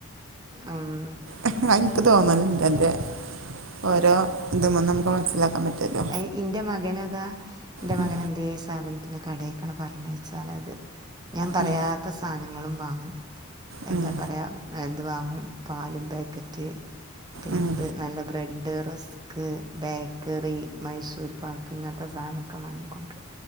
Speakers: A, on the right; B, on the right.
A: ഉം.
B: ആഹ് ൻക്ക് തോന്നലുണ്ട് അൻ്റെ ഓരോ ത് മന്നും മക്ക് മൻസ്സിലാക്കാൻ പറ്റല്ലോ.
A: അയി ഇന്റെ മകനതാ. ന്റെ
B: ഉം,
A: മകൻ എന്തേ സാധനത്തിന് കടേകാണ്ട് പറഞ്ഞയച്ചാല് അത് ഞാൻ പറയാത്ത
B: ഉം,
A: സാധനങ്ങളും വാങ്ങും.
B: ഉം,
A: എന്താ പറയ എ ത് വാങ്ങും പാലും പേക്കറ്റ്. പിന്നെത്
B: ഉം,
A: നല്ല bread rusk bakery Mysore pak ഇങ്ങനത്തെ സാധനക്കെ മാങ്ങിക്കൊണ്ട്റും